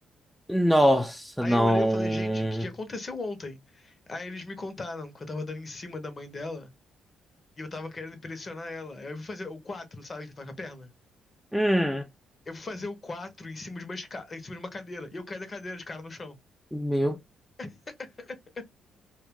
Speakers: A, in the centre; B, on the left.
A: nossa,
B: Aí
A: não.
B: eu olhei e falei, gente, o que que aconteceu ontem? Aí eles me contaram que eu tava dando em cima da mãe dela e eu tava querendo impressionar ela. Aí eu fui fazer o quatro sabe, que faz com a perna?
A: Hum.
B: Eu fui fazer o 4 em cima de uma, esca- em cima de uma cadeira. E eu caí da cadeira de cara no chão.
A: Meu.
B: <laughs>